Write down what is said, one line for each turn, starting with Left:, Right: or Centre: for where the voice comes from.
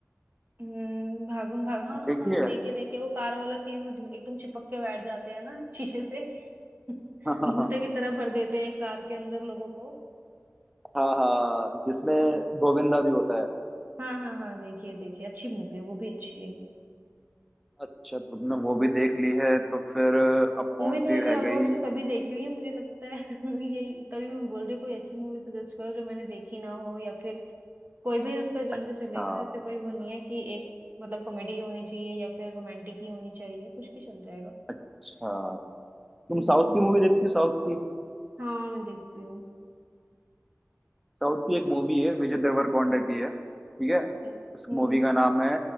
Right: हम्म, भागम भाग हाँ हाँ
Centre: देखिए
Right: हाँ देखिए देखिए वो कार वाला सीन वो एकदम चिपक के बैठ जाते हैं ना शीशे से <laughs>
Centre: <laughs>
Right: भूसे की तरह भर देते हैं कार के अंदर लोगों को
Centre: हाँ हाँ जिसमें
Right: हाँ
Centre: गोविंदा भी होता है
Right: हाँ हाँ हाँ देखिए देखिए अच्छी मूवी है वो भी अच्छी है
Centre: अच्छा तुमने वो भी देख ली है तो फिर अब कौन
Right: मूवी तो
Centre: सी
Right: मैंने
Centre: रह
Right: ऑलमोस्ट
Centre: गई
Right: सभी देखी हुई है मुझे लगता है <laughs> यही तभी मैं बोल रही हूँ कोई अच्छी मूवी सजेस्ट करो जो मैंने देखी ना हो या फिर कोई भी उसका जॉनर
Centre: अच्छा
Right: चलेगा ऐसे कोई वो नहीं है कि एक मतलब कॉमेडी होनी चाहिए या फिर रोमांटिक ही होनी चाहिए कुछ भी चल जाएगा
Centre: अच्छा तुम
Right: हम्म
Centre: साउथ की मूवी देखती हो साउथ की
Right: हाँ मैं देखती हूँ
Centre: साउथ की एक मूवी है विजय देवरकोंडा की है ठीक है
Right: अच्छा हम्म
Centre: उस मूवी
Right: हम्म
Centre: का नाम है